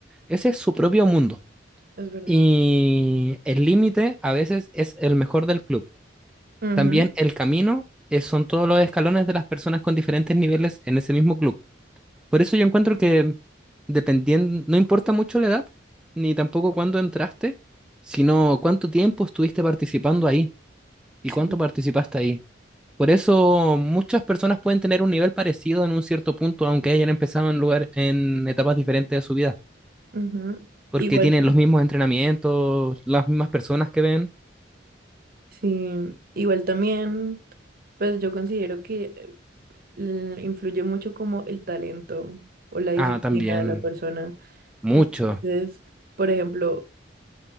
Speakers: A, in the centre; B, on the right.
A: ese es su propio mundo.
B: es verdad.
A: Y el límite a veces es el mejor del club.
B: Ujú,
A: También el camino es- son todos los escalones de las personas con diferentes niveles en ese mismo club. Por eso yo encuentro que dependiendo, no importa mucho la edad, ni tampoco cuándo entraste, sino cuánto tiempo estuviste participando ahí y
B: sí,
A: cuánto participaste ahí. Por eso muchas personas pueden tener un nivel parecido en un cierto punto, aunque hayan empezado en lugar, en etapas diferentes de su vida,
B: ujú.
A: porque
B: Igual.
A: tienen los mismos entrenamientos, las mismas personas que ven.
B: Sí, igual también, pues yo considero que eh, l- influye mucho como el talento o la disciplina
A: Ah, también,
B: de la persona.
A: mucho.
B: Entonces, por ejemplo,